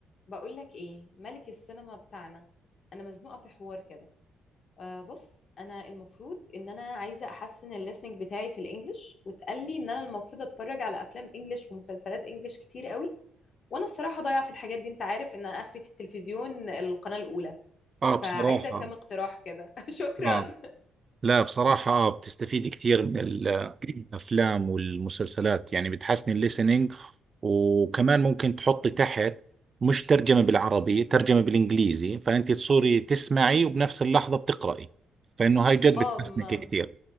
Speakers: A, on the left; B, on the right.
A: بقولك ايه ملك السينما بتاعنا انا مزنوقه في حوار كده أه بص انا المفروض ان انا عايزه احسن الليسننج بتاعي في الانجليش واتقال لي ان انا المفروض اتفرج على افلام انجليش ومسلسلات انجليش كتير قوي وانا الصراحه ضايعه في الحاجات دي انت عارف ان أنا اخري في التلفزيون القناه الاولى
B: اه
A: فعايزه
B: بصراحة
A: كام اقتراح كده <laughs> شكرا
B: اه لا بصراحة اه بتستفيد كثير من الافلام والمسلسلات يعني بتحسن الليسننج وكمان ممكن تحطي تحت مش ترجمة بالعربي ترجمة بالانجليزي فانت تصوري تسمعي وبنفس اللحظة بتقرأي فانه هاي جد
A: اه
B: بتحسنك
A: ما-
B: كثير